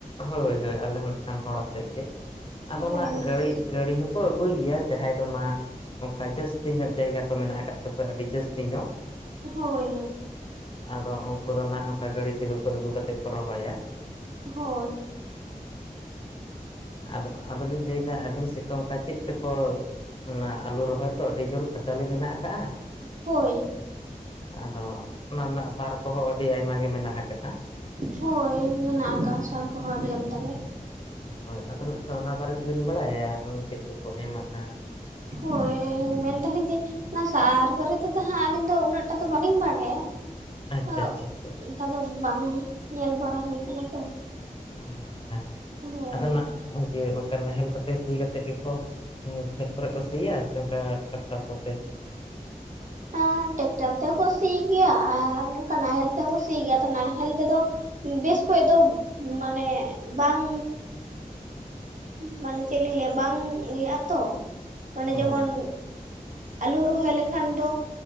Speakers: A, on the left (about 40°); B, on the right (about 60°).
A: ᱦᱳᱭ ᱦᱳᱭ ᱟᱞᱮ ᱦᱚᱸᱱᱟᱜ ᱠᱷᱟᱱ ᱦᱚᱲ ᱟᱛᱮᱫ ᱜᱮ᱾ ᱟᱫᱚ
B: ᱦᱳᱭ
A: ᱱᱟᱜ ᱜᱟᱹᱲᱤ
B: ᱛᱚ
A: ᱜᱟᱹᱲᱤ ᱦᱳᱠ ᱟ. ᱜᱩ ᱫᱚ ᱟᱹᱜᱩᱭ ᱜᱮᱭᱟ ᱡᱟᱸᱦᱟᱸᱭ ᱫᱚ ᱢᱟ ᱚᱱᱠᱟ ᱡᱚᱥᱛᱤ ᱧᱚᱜ ᱡᱟᱭᱜᱟ ᱠᱚ ᱢᱮᱱᱟᱜ ᱟᱠᱟᱫ᱾ <inaudible> ᱟᱹᱰᱤ ᱡᱟᱹᱥᱛᱤ ᱧᱚᱜ,
B: ᱦᱳᱭ
A: ᱟᱫᱚ ᱩᱱᱠᱩ ᱫᱚ ᱱᱟᱜ ᱚᱱᱠᱟ ᱜᱟᱹᱰᱤ ᱛᱮᱠᱚ <inaudible> ᱟᱹᱜᱩ ᱠᱟᱛᱮᱫ ᱠᱚ ᱨᱚᱦᱚᱭᱟ᱾
B: ᱦᱳᱭ
A: ᱟᱫᱚ ᱟᱫᱚᱞᱤᱧ ᱞᱟᱹᱭᱫᱟ ᱟᱹᱵᱤᱱ ᱥᱮᱫ ᱚᱱᱠᱟ ᱪᱮᱫ? ᱛᱮᱠᱚ ᱚᱱᱟ ᱟᱞᱩ ᱨᱚᱦᱚᱭ ᱛᱚ ᱟᱹᱰᱤ ᱡᱳᱨ ᱠᱷᱟ. ᱴᱟ. ᱞᱤ ᱢᱮᱱᱟᱜ ᱟᱠᱟᱜ-ᱟ᱾
B: ᱦᱳᱭ᱾
A: ᱟᱫᱚ ᱚᱱᱟ ᱨᱮᱱᱟᱜ ᱥᱟᱨ ᱠᱚᱦᱚᱸ ᱟᱹᱰᱤ ᱟᱭᱢᱟ ᱜᱮ ᱢᱮᱱᱟᱜ ᱟᱠᱟᱜ-ᱟ᱾
B: ᱦᱳᱭ ᱢᱮᱱᱟᱜ ᱟᱠᱟᱜ-ᱟ ᱥᱟᱨ ᱠᱚᱦᱚᱸ ᱟᱹᱰᱤ ᱟᱢᱫᱟ ᱜᱮ᱾
A: ᱦᱳᱭ ᱟᱫᱚ ᱱᱟᱜ ᱠᱷᱟᱱ ᱚᱱᱟ ᱵᱟᱨᱮ ᱛᱮᱵᱤᱱ ᱵᱟᱲᱟᱭᱟ <unintelligible> ᱪᱮᱫ ᱠᱚᱠᱚ ᱮᱢᱟᱜ-ᱟ?
B: ᱦᱳᱭ ᱢᱮᱱᱫᱟᱞᱤᱧ ᱡᱮ ᱚᱱᱟ ᱥᱟᱨ ᱵᱟᱨᱮ ᱛᱮᱫᱚ ᱦᱟᱸᱜ ᱟᱹᱞᱤᱧ ᱫᱚ ᱩᱱᱟᱹᱜ ᱴᱟ ᱫᱚ ᱵᱟᱹᱞᱤᱧ ᱵᱟᱰᱟᱭᱟ᱾
A: ᱟᱪᱪᱷᱟ
B: ᱦᱚᱜ
A: ᱟᱪᱪᱷᱟ ᱟᱪᱪᱷᱟ
B: ᱚᱱᱠᱟ ᱫᱚ ᱵᱟᱝ ᱧᱮᱞ ᱵᱟᱲᱟ ᱦᱩᱭ ᱠᱟᱱᱟ ᱛᱚ,
A: ᱚ ᱟᱪᱪᱷᱟ ᱟᱪᱪᱷᱟ
B: ᱦᱳᱭ
A: ᱟᱫᱚ ᱱᱟᱜ ᱤᱭᱟᱹ ᱚᱱᱠᱟ ᱱᱟᱦᱮᱞ ᱠᱚᱛᱮ ᱥᱤ ᱠᱟᱛᱮᱜ ᱜᱮᱠᱚ ᱦᱩᱸ ᱠᱷᱮᱛ ᱠᱚᱨᱮ ᱠᱚ ᱥᱤᱭᱟ ᱥᱮ ᱚᱱᱠᱟ ᱴᱟᱠᱴᱟᱨ ᱠᱚᱛᱮ?
B: ᱟᱸ ᱴᱮᱠᱴᱟᱨ ᱛᱮᱦᱚᱸ ᱠᱚ ᱥᱤ ᱜᱮᱭᱟ ᱟᱨ ᱱᱚᱝᱠᱟ ᱱᱟᱦᱮᱞ ᱛᱮᱦᱚᱸ ᱠᱚ ᱥᱤ ᱜᱮᱭᱟ ᱟᱫᱚ ᱱᱟᱦᱮᱞ ᱛᱮᱫᱚ, ᱵᱮᱥ ᱠᱷᱚᱭ ᱫᱚ ᱢᱟᱱᱮ ᱵᱟᱝ ᱢᱟᱱᱮ ᱪᱮᱜ ᱞᱤᱧ ᱞᱟᱹᱭᱟ ᱵᱟᱝ ᱤᱭᱟᱹᱜᱼᱟ ᱛᱚ ᱢᱟᱱᱮ
A: ᱚ
B: ᱡᱮᱢᱚᱱ ᱟᱹᱞᱩ ᱨᱚᱦᱚᱭ ᱞᱮᱠᱷᱟᱱ ᱫᱚ